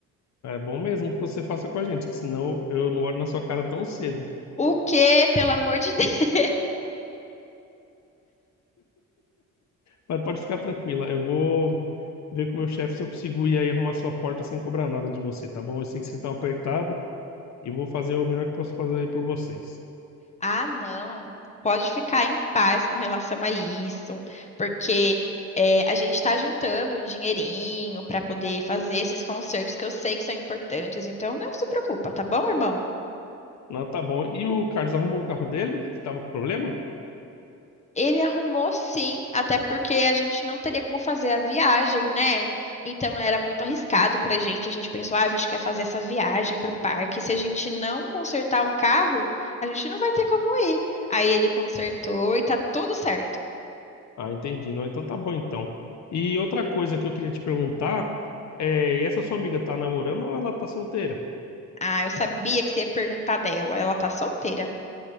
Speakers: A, on the left; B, on the left.
A: É bom mesmo que você faça com a gente, que senão eu não olho na sua cara tão cedo.
B: O quê? Pelo amor de Deus. <laughs>
A: Mas pode ficar tranquila, eu vou ver com o meu chefe se eu consigo ir aí arrumar sua porta sem cobrar nada de você, tá bom? Eu sei que vocês estão apertados e vou fazer o melhor que posso fazer aí por vocês.
B: Ah, não. Pode ficar em paz com relação a isso, porque é, a gente está juntando um dinheirinho para poder fazer esses concertos que eu sei que são importantes. Então, não se preocupa, tá bom, irmão?
A: Não, tá bom. E o Carlos arrumou o carro dele, que tava com problema?
B: Ele arrumou sim, até porque a gente não teria como fazer a viagem, né? Então era muito arriscado pra gente. A gente pensou, ah, a gente quer fazer essa viagem pro parque. Se a gente não consertar o carro, a gente não vai ter como ir. Aí ele consertou e tá tudo certo.
A: Ah, entendi. Não, então tá bom então. E outra coisa que eu queria te perguntar é, e essa sua amiga tá namorando ou ela tá solteira?
B: Ah, eu sabia que você ia perguntar dela. Ela tá solteira.